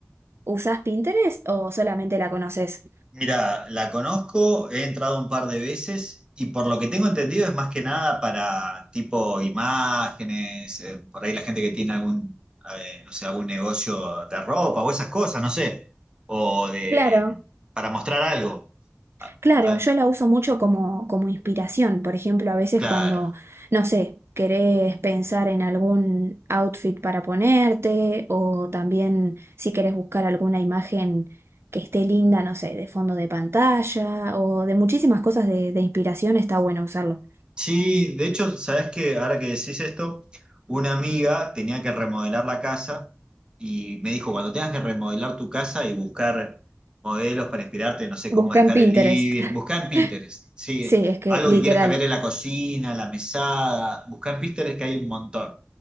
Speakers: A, on the right (about 55°); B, on the right (about 15°).
A: ¿Usás Pinterest o solamente la conoces?
B: Mira, la conozco, he entrado un par de veces y por lo que tengo entendido es más que nada para tipo imágenes, eh, por ahí la gente que tiene algún, eh, no sé, algún negocio de ropa o esas cosas, no sé, o de
A: Claro.
B: para mostrar algo. A-
A: Claro,
B: a-
A: yo la uso mucho como, como inspiración. Por ejemplo, a veces
B: claro.
A: cuando, no sé, querés pensar en algún outfit para ponerte o también si querés buscar alguna imagen que esté linda, no sé, de fondo de pantalla o de muchísimas cosas de, de inspiración, está bueno usarlo.
B: Sí, de hecho, sabes que ahora que decís esto, una amiga tenía que remodelar la casa y me dijo, cuando tengas que remodelar tu casa y buscar modelos para inspirarte, no sé
A: Busca
B: cómo dejar
A: en Pinterest.
B: el living,
A: <laughs>
B: buscá en Pinterest, sí,
A: Sí, es que
B: algo
A: literal,
B: que quieras cambiar en la cocina, la mesada, buscá en Pinterest que hay un montón.